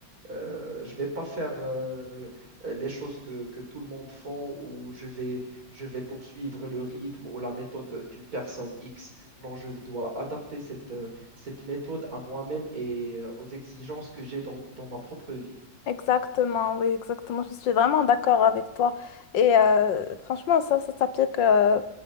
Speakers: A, on the right; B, on the left.
A: Euh, je vais pas faire euh, les choses que, que tout le monde font ou je vais, je vais poursuivre le rythme ou la méthode d'une personne X. Non, je dois adapter cette, euh, cette méthode à moi-même et euh, aux exigences que j'ai dans, dans ma propre vie.
B: Exactement, oui, exactement. Je suis vraiment d'accord avec toi. Et euh, franchement, ça, ça s'applique euh,